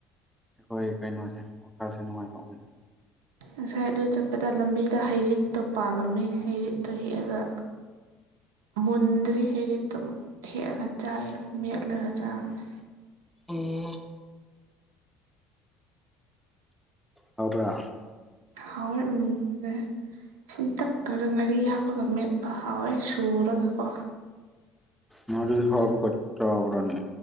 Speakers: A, in the centre; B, on the right.
A: ꯑꯩꯈꯣꯏ ꯀꯩꯅꯣꯁꯦ ꯋꯥꯈꯜꯁꯦ ꯅꯨꯡꯉꯥꯏꯊꯣꯛꯄꯅꯤ
B: ꯉꯁꯥꯏ ꯑꯗꯨ ꯆꯠꯄꯗ ꯂꯝꯕꯤꯗ ꯍꯩꯔꯤꯠꯇꯣ ꯄꯥꯜꯂꯝꯃꯦ ꯍꯩꯔꯤꯠꯇꯣ ꯍꯦꯛꯑꯒ ꯃꯨꯟꯗ꯭ꯔꯤ ꯍꯩꯔꯤꯠꯇꯣ ꯍꯦꯛꯑꯒ ꯆꯥꯏꯌꯦ ꯃꯦꯠꯂꯒ ꯆꯥꯕꯅꯤ
A: ꯑꯣ ꯍꯥꯎꯕ꯭ꯔꯥ
B: ꯍꯥꯎꯋꯦ ꯎꯝ ꯂꯣꯏꯍꯦ ꯁꯤꯟꯇꯛ ꯇꯧꯔ ꯉꯥꯔꯤ ꯍꯥꯞꯄꯒ ꯃꯦꯠꯄ ꯍꯥꯎꯋꯦ ꯁꯨꯔꯒꯀꯣ
A: ꯃꯔꯨꯏ ꯍꯥꯞꯄꯒ ꯆꯥꯕꯔꯅꯦ